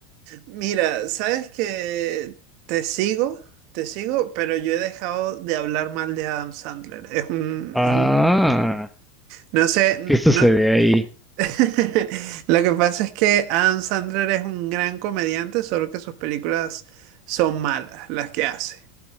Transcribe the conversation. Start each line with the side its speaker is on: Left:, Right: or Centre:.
Right: Mira, sabes que te sigo, te sigo, pero yo he dejado de hablar mal de Adam Sandler. Es un,
Centre: Ah,
Right: es un, no sé, no.
Centre: ¿qué sucede ahí?
Right: <laughs> Lo que pasa es que Adam Sandler es un gran comediante, solo que sus películas son malas, las que hace.